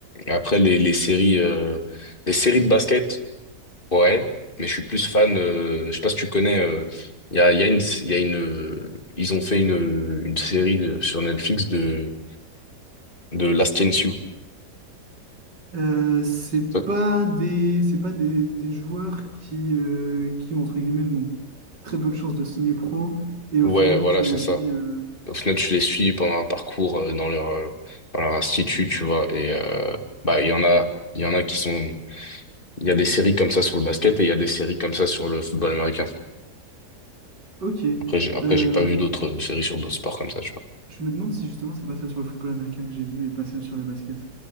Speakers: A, on the left (about 30°); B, on the right (about 85°).
A: après, les, les séries, euh, les séries de basket, ouais, mais je suis plus fan, euh, je sais pas si tu connais, euh, il y a, il y a une, il y a une, euh, ils ont fait une, une série de- sur Netflix de, de Last Chance You.
B: Euh, c'est pas
A: Ça-
B: des, c'est pas des, des joueurs qui, euh, qui, entre guillemets, n'ont très peu de chances de signer pro et
A: Ouais,
B: au final,
A: voilà,
B: tu
A: c'est
B: les
A: ça.
B: suis. euh,
A: Au final, tu les suis pendant un parcours euh, dans leur, euh, dans leur institut, tu vois. Et euh, bah, il y en a, il y en a qui sont, il y a des séries comme ça sur le basket et il y a des séries comme ça sur le football américain.
B: Ok.
A: Après, j'ai, après,
B: Euh,
A: j'ai pas vu d'autres euh, séries sur d'autres sports comme ça, tu vois.
B: Je me demande si justement c'est pas celle sur le football américain que j'ai vue et pas celle sur le basket.